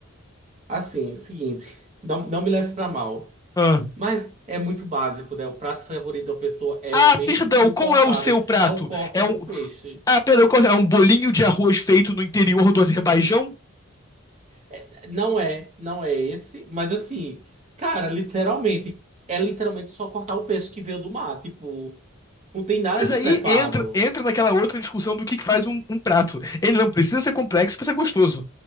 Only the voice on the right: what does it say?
Assim, é o seguinte, não, não me leve pra mal.
Mas é muito básico, né? O prato favorito da pessoa é
o peixe
cru
cortado.
É o corte
do
peixe.
É- não é, não é esse, mas assim, cara, literalmente, é literalmente só cortar o peixe que veio do mar. Tipo, não tem nada
de
preparo.